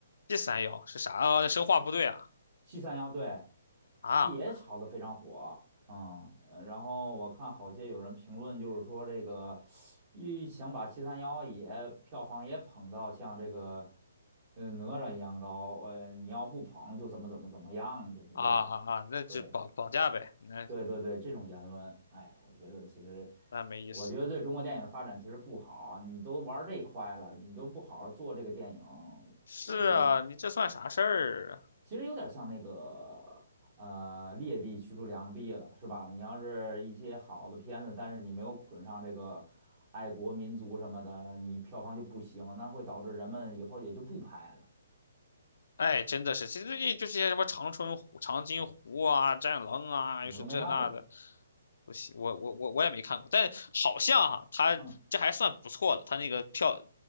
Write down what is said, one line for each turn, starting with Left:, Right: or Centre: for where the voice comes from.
Left: 第三爻是啥？啊，生化部队啊
Right: 七三幺对
Left: 啊
Right: 也炒得非常火啊、嗯呃然后我看好些有人评论，就是说这个一想把七三幺也票房也捧到像这个呃哪吒一样高，呃你要不捧就怎么怎么怎么样，就是这样。
Left: 啊啊啊！那就绑绑架呗，
Right: 对
Left: 那
Right: 对对对，这种言论，哎，我觉得其实，
Left: 那没意思。
Right: 我觉得对中国电影发展其实不好。你都玩儿这块了，你都不好好做这个电影，
Left: 是啊，
Right: 我觉得。
Left: 你这算啥事儿啊？
Right: 其实有点像那个呃劣币驱逐良币了，是吧？你要是一些好的片子，但是你没有捆上这个爱国民族什么的，你票房就不行，那会导致人们以后也就不拍了。
Left: 哎，真的是，其实最近就是些什么长春湖、长津湖啊、战狼啊，
Right: 我都没看过，
Left: 又是这那的，我喜我我我我也没看过，但好像哈、他这还算不错的，
Right: 嗯
Left: 他那个票